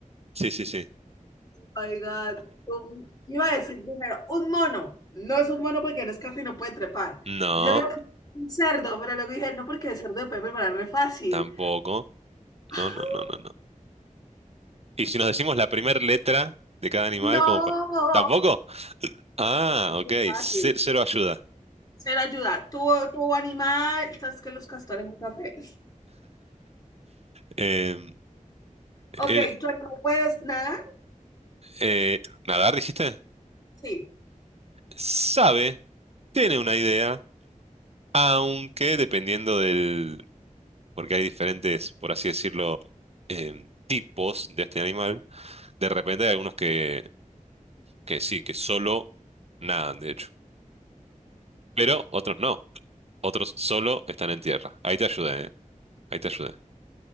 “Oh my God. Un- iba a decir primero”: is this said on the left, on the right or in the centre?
Left